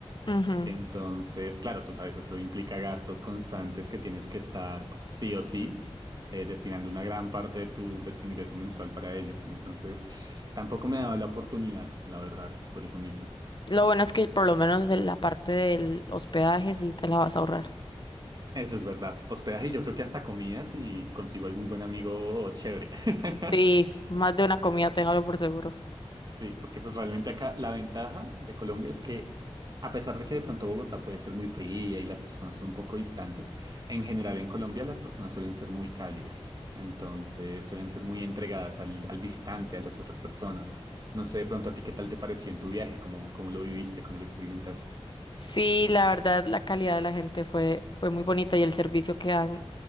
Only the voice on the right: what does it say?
Entonces, claro, tú sabes, eso implica gastos constantes que tienes que estar, pues, sí o sí, eh, destinando una gran parte de tu, de tu ingreso mensual para ello. Entonces, tampoco me ha dado la oportunidad, la verdad, por eso mismo.
Eso es verdad. Hospedaje, yo creo que hasta comidas y consigo algún buen amigo chévere. <laughs>
Sí, porque pues realmente acá la ventaja de Colombia es que a pesar de que de pronto Bogotá puede ser muy fría y las personas son un poco distantes, en general en Colombia las personas suelen ser muy cálidas, entonces suelen ser muy entregadas al, al visitante, a las otras personas. No sé de pronto a ti qué tal te pareció en tu viaje, cómo, cómo lo viviste, cómo lo experimentaste.